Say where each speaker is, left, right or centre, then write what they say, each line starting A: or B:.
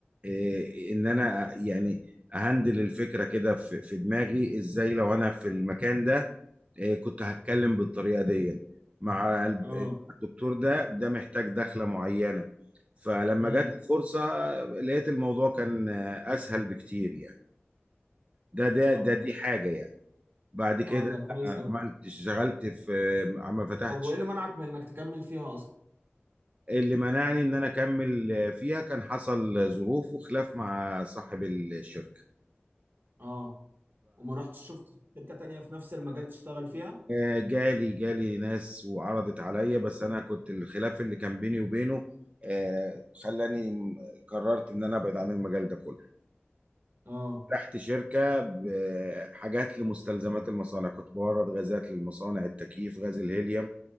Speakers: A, on the right (about 30°); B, on the right (about 55°).
A: إيه ان انا يعني اهندل الفكرة كده في في دماغي ازاي لو انا في المكان ده إيه كنت هتكلم بالطريقة دي مع الب-
B: اه
A: مع الدكتور ده ده محتاج دخلة معينة فلما
B: امم
A: جت الفرصة لقيت الموضوع كان آه، اسهل بكتير يعني ده ده
B: طب
A: ده دي حاجة يعني بعد كده
B: اه ده كويس
A: عملت
B: قوي
A: اشتغلت في عم فتحت
B: طب وايه
A: شركة.
B: اللي منعك من انك تكمل فيها اصلا؟
A: اللي منعني ان انا اكمل فيها كان حصل ظروف وخلاف مع صاحب الشركة
B: اه وما رحتش شفت شركة تانية في نفس المجال تشتغل فيها؟
A: فجالي جالي ناس وعرضت عليا بس انا كنت الخلاف اللي كان بيني وبينه آه، خلاني م- قررت ان انا ابعد عن المجال ده كله
B: اه
A: تحت شركة بحاجات لمستلزمات المصانع كنت بورد غازات للمصانع التكييف غاز الهيليوم